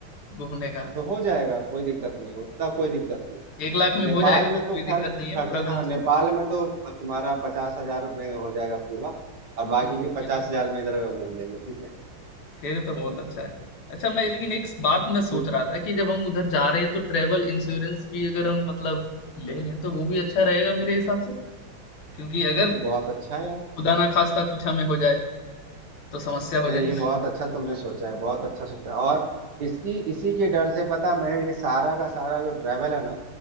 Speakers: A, on the left; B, on the right.
A: घूमने का
B: तो हो जाएगा कोई दिक्कत नहीं उतना कोई दिक्कत नहीं
A: एक लाख में
B: नेपाल
A: हो जाएगा कोई
B: में तो खैर
A: दिक्कत नहीं है
B: खर्च
A: पूरा घूम
B: हाँ
A: सकते
B: नेपाल में तो तुम्हारा पचास हजार में हो जाएगा पूरा और बाकी
A: हो।
B: के पचास
A: ये तो बहुत
B: हजार
A: अच्छा
B: में इधर घूम लेंगे ठीक है
A: फिर तो बहुत अच्छा है अच्छा मैं लेकिन एक बात मैं सोच
B: क्योंकि
A: रहा था कि जब हम उधर जा रहे हैं तो ट्रेवल इंश्योरेंस भी अगर हम मतलब ले लें तो वो भी अच्छा रहेगा मेरे हिसाब क्योंकि अगर
B: ये तो बहुत अच्छा है यार
A: खुदा ना खास्ता कुछ हमें हो जाए तो समस्या हो
B: नहीं
A: जाएगी
B: ये बहुत अच्छा तुमने सोचा है बहुत अच्छा सोचा है और इसकी इसी के डर से पता मैं ये सारा का सारा जो ट्रेवल है ना